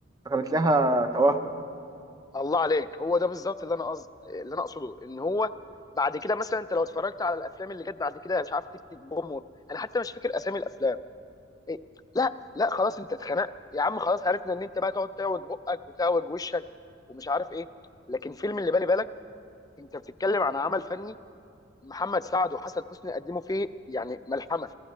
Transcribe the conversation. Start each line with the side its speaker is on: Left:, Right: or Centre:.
Right: كانت لها توهم
Left: الله عليك هو ده بالظبط اللي انا قصد اللي انا اقصده ان هو بعد كده مثلا انت لو اتفرجت على الافلام اللي جت بعد كده مش عارف تيك تيك بوم و... انا حتى مش فاكر اسامي الافلام إيه؟ لا لا خلاص انت اتخنقت يا عم خلاص عرفنا ان انت بقى تقعد تاوج بقك وتاوج وشك ومش عارف ايه لكن فيلم اللي بالي بالك انت بتتكلم عن عمل فني محمد سعد وحسن حسني قدموا فيه يعني ملحمه